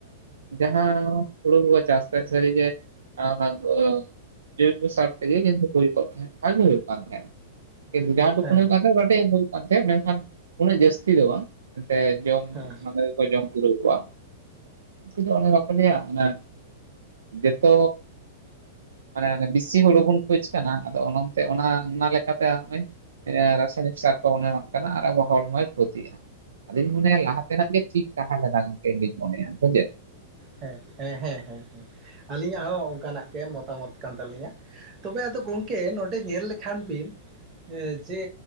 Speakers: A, on the right; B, on the right.
A: ᱡᱟᱦᱟᱸ ᱦᱩᱲᱩ ᱠᱚᱵᱚ ᱪᱟᱥ ᱛᱟᱦᱮᱫ ᱥᱟᱹᱨᱤᱜᱮ ᱚᱱᱟ ᱠᱚ ᱡᱳᱭᱵᱚ ᱥᱟᱨ ᱛᱮᱜᱮ ᱠᱤᱱᱛᱩ ᱦᱩᱭ ᱠᱚᱜ ᱛᱟᱦᱮᱫ ᱵᱷᱟᱜᱮ ᱦᱩᱭᱩᱜ ᱠᱟᱱ ᱛᱟᱦᱮᱸᱫ ᱡᱟᱦᱟᱸ ᱴᱩᱠᱩᱴᱩᱱ
B: ᱦᱮᱸ
A: ᱦᱩᱭᱩᱜ ᱠᱟᱱ ᱛᱟᱦᱮᱸᱫ ᱢᱚᱴᱟᱢᱩᱴᱤ ᱦᱩᱭᱩᱜ ᱠᱟᱱ ᱛᱟᱦᱮᱸᱫ ᱢᱮᱱᱠᱷᱟᱱ ᱩᱱᱟᱹᱜ ᱡᱟᱹᱥᱛᱤ ᱫᱚ ᱵᱟᱝ ᱮᱱ ᱥᱮ ᱡᱚᱢ
B: ᱦᱮᱸ
A: ᱢᱟᱱᱮᱠᱚ ᱡᱚᱢ ᱯᱩᱨᱟᱹᱣ ᱠᱚᱣᱟ ᱩᱱᱠᱩ ᱫᱚ ᱚᱱᱮ ᱵᱟᱠᱚ ᱞᱟᱹᱭᱟ ᱚᱱᱟ ᱡᱮᱛᱚ ᱢᱟᱱᱮ ᱵᱤᱥᱤ ᱦᱩᱲᱩ ᱵᱚᱱ ᱠᱷᱚᱡ ᱠᱟᱱᱟ ᱟᱫᱚ ᱚᱱᱟᱛᱮ ᱚᱱᱟ ᱚᱱᱟ ᱞᱮᱠᱟᱛᱮ ᱱᱚᱜ ᱚᱭ ᱨᱟᱥᱟᱭᱱᱤᱠ ᱥᱟᱨ ᱠᱚ ᱵᱚᱱ ᱮᱢᱟᱜ ᱠᱟᱱᱟ ᱟᱨ ᱟᱵᱚ ᱦᱚᱲᱢᱚᱭ ᱠᱷᱚᱛᱤᱜᱼᱟ ᱟᱫᱚᱧ ᱢᱚᱱᱮᱭᱟ ᱞᱟᱦᱟ ᱛᱮᱱᱟᱜ ᱜᱮ ᱴᱷᱤᱠ ᱛᱟᱦᱮᱸ ᱞᱮᱱᱟ ᱜᱚᱢᱠᱮ ᱤᱧᱫᱩᱧ ᱢᱚᱱᱮᱭᱟ ᱥᱮ ᱪᱮᱫ
B: ᱦᱮᱸ ᱦᱮᱸ ᱦᱮᱸ ᱦᱮᱸ ᱦᱮᱸ ᱟᱹᱞᱤᱧᱟᱜ ᱦᱚᱸ ᱚᱱᱠᱟᱱᱟᱜ ᱜᱮ ᱢᱚᱛᱟᱢᱚᱛ ᱠᱟᱱ ᱛᱟᱹᱞᱤᱧᱟ ᱛᱚᱵᱮ ᱟᱫᱚ ᱜᱚᱝᱠᱮ ᱱᱚᱰᱮ ᱧᱮᱞ ᱞᱮᱠᱷᱟᱱ ᱵᱤᱱ ᱡᱮ